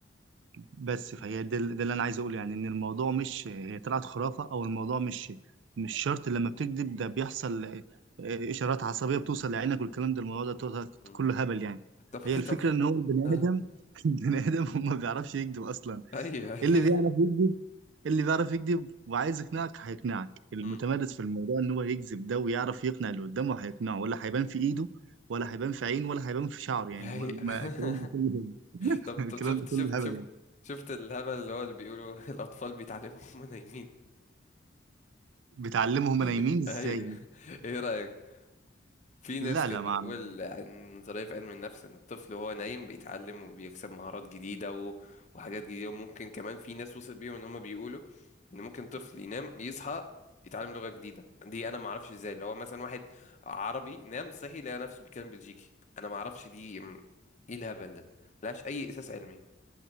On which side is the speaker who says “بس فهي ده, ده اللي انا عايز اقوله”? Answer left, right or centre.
Right